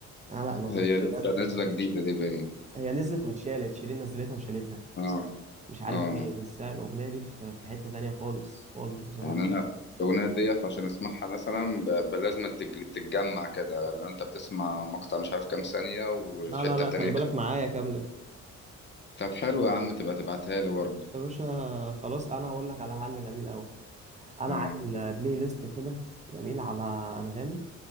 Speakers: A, on the right; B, on the left.
A: لا لا الاغنيه
B: هي لسه
A: بجد
B: نازلة جديدة دي باين
A: هي نزلت واتشالت شيرين نزلتها وشالتها
B: اه
A: مش عارف
B: اه
A: ليه بس لا، الاغنيه دي في في حته تانية خالص خالص بصراحه
B: يعني انا يعني الاغنيه ديت عشان اسمعها مثلا ب- ب- لازم تتج- تتجمع كده لو انت بتسمع مقطع مش عارف كام ثانيه وفي
A: لا
B: حته
A: لا لا
B: تانية
A: خلي بالك
B: ك-
A: معايا كامله
B: طب حلو يا عم تبقى تبعتها لي برضه
A: يا باشا خلاص انا هقول لك على حل جميل قوي انا
B: اه
A: عامل بلاي ليست كده جميل على انغامي